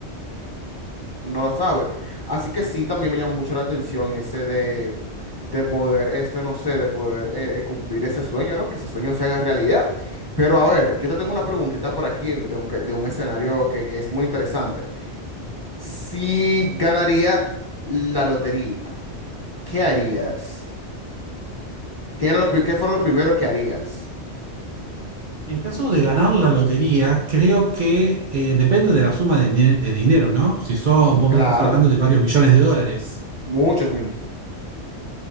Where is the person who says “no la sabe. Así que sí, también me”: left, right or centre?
Left